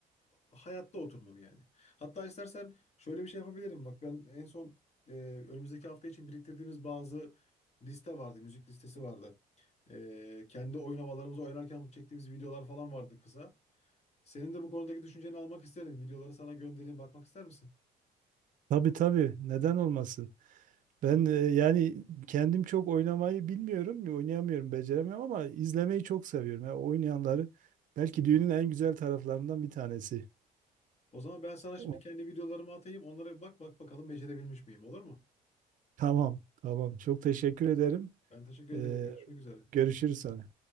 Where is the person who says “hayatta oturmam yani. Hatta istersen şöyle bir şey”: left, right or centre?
Left